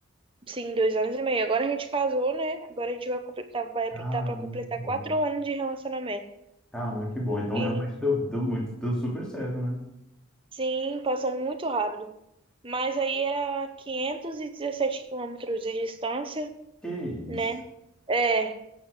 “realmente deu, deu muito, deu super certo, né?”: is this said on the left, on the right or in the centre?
Centre